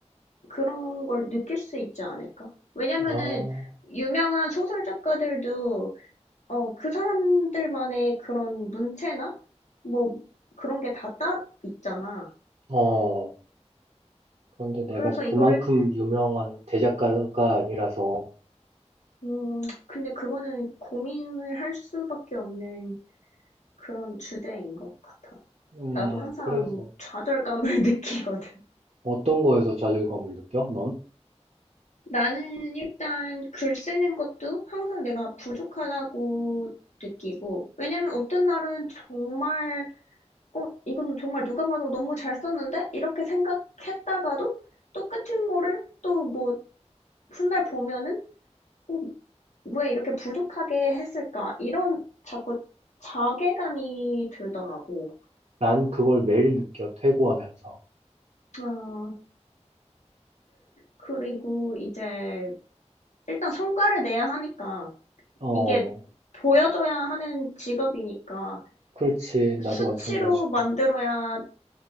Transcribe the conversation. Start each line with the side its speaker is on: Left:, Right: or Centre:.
Left: 그런 걸 느낄 수 있지 않을까? 왜냐면은
Right: 아,
Left: 유명한 소설 작가들도 어, 그 사람들만의 그런 문체나 뭐 그런 게 다 따 있잖아.
Right: 어. 그런데 내가
Left: 그래서
Right: 그만큼
Left: 이거를
Right: 유명한 대작가가 아니라서,
Left: 음, 근데 그거는 고민을 할 수밖에 없는 그런 주제인 것 같아.
Right: 음,
Left: 나도 항상
Right: 그래서
Left: 좌절감을 <laughs> 느끼거든.
Right: 어떤 거에서 좌절감을 느껴, 넌?
Left: 나는 일단 글 쓰는 것도 항상 내가 부족하다고 느끼고, 왜냐면 어떤 날은 정말 어, 이건 정말 누가 봐도 너무 잘 썼는데? 이렇게 생각했다가도 똑같은 거를 또 뭐 훗날 보면은 어, 왜 이렇게 부족하게 했을까? 이런 자꾸 자괴감이 들더라고.
Right: 난 그걸 매일 느껴, 퇴고하면서.
Left: 아, 그리고 이제 일단 성과를 내야 하니까
Right: 어,
Left: 이게 보여줘야 하는 직업이니까
Right: 그렇지. 나도
Left: 수치로
Right: 마찬가지고.
Left: 만들어야지